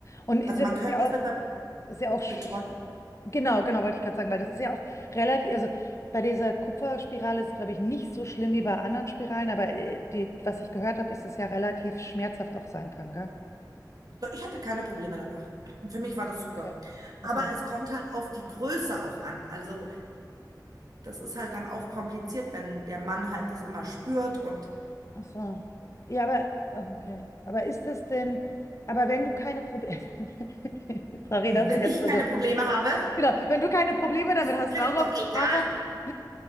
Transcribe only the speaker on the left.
Und
das
ist
ja
auch,
ist ja auch
Genau, genau, wollte ich gerade sagen, weil das ist ja auch relativ, also bei dieser Kupferspirale ist, glaube ich, nicht so schlimm wie bei anderen Spiralen, aber äh, die, was ich gehört habe, ist, dass es ja relativ schmerzhaft auch sein kann, gell?
Okay,
okay.
Ach so. Ja, aber, okay. Aber ist es denn, aber wenn du keine Probleme, <laughs> sorry,
dass
ich jetzt,
also,
genau, wenn du keine Probleme damit
hast,
warum,
warum, <laughs>